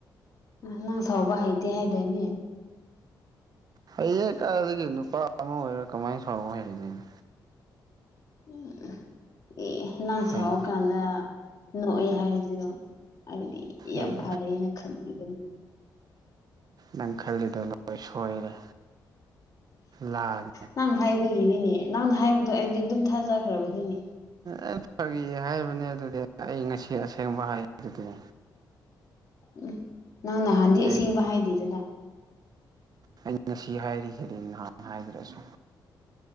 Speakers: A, on the left; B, on the right.
A: ꯅꯪ ꯁꯥꯎꯕ ꯍꯩꯇꯦ ꯍꯥꯏꯗꯥꯏꯅꯦ
B: ꯍꯩꯌꯦ ꯀꯥꯏꯗꯒꯤ ꯅꯨꯄꯥ ꯑꯃ ꯑꯣꯏꯔ ꯀꯃꯥꯏꯅ ꯁꯥꯎ ꯍꯥꯏꯔꯤꯅꯣ
A: ꯎꯝ ꯑꯦ ꯅꯪ ꯁꯥꯎꯔꯀꯥꯟꯗ
B: ꯍꯩ
A: ꯅꯣꯛꯑꯦ ꯍꯥꯏꯖꯤꯔꯣ ꯑꯩꯗꯤ ꯌꯥꯝ
B: ꯍꯩ
A: ꯐꯔꯦꯅ ꯈꯟꯕꯤꯕꯅꯤ
B: ꯅꯪ ꯈꯜꯂꯤꯗꯣ ꯂꯣꯏ ꯁꯣꯏꯔꯦ ꯂꯥꯜ
A: ꯅꯪ ꯍꯥꯏꯕꯒꯤꯅꯤꯅꯦ ꯅꯪꯅ ꯍꯥꯏꯕꯗꯣ ꯑꯩꯗꯤ ꯑꯗꯨꯝ ꯊꯥꯖꯈ꯭ꯔꯕꯅꯤꯅꯦ
B: ꯑꯩ ꯐꯥꯒꯤ ꯍꯥꯏꯕꯅꯦ ꯑꯗꯨꯗꯤ ꯑꯩ ꯉꯁꯤ ꯑꯁꯦꯡꯕ ꯍꯥꯏꯔꯤꯗꯨꯗꯤ
A: ꯎꯝ ꯅꯪ ꯅꯍꯥꯟꯗꯤ
B: ꯑꯩ
A: ꯑꯁꯦꯡꯕ ꯍꯥꯏꯗꯦꯗꯅ
B: ꯑꯩ ꯉꯁꯤ ꯍꯥꯏꯔꯤꯁꯤꯗꯤ ꯅꯍꯥꯟ ꯍꯥꯏꯗꯔꯁꯨ